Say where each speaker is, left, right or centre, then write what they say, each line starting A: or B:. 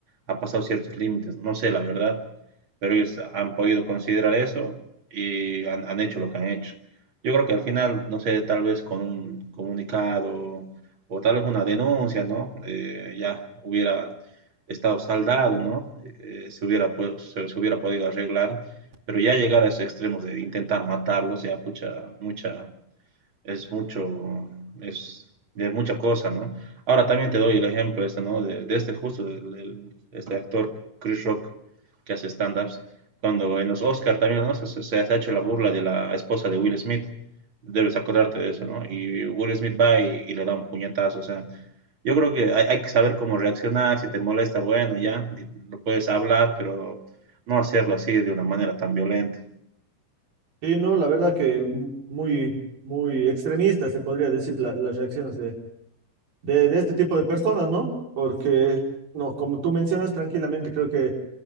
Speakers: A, on the right; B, on the right.
A: ha pasado ciertos límites, no sé la verdad, pero ellos han podido considerar eso y han, han hecho lo que han hecho. Yo creo que al final, no sé, tal vez con un comunicado o tal vez una denuncia, ¿no? Eh, ya hubiera estado saldado, ¿no? Eh, se hubiera, pues, se, se hubiera podido arreglar, pero ya llegar a esos extremos de intentar matarlos, ya mucha, mucha, es mucho, es de mucha cosa, ¿no? Ahora también te doy el ejemplo este, ¿no? De, de este justo, del- del- este actor Chris Rock que hace stand-ups, cuando en los Oscar también, ¿no? Se, se- se ha hecho la burla de la esposa de Will Smith, debes acordarte de eso, ¿no? Y Will Smith va y, y le da un puñetazo, o sea, yo creo que hay, hay que saber cómo reaccionar, si te molesta, bueno, ya, y lo puedes hablar, pero no hacerlo así de una manera tan violenta.
B: Sí, no, la verdad que mu- muy, muy extremista se podría decir la- las reacciones de, de, de este tipo de personas, ¿no? Porque, no, como tú mencionas tranquilamente, creo que,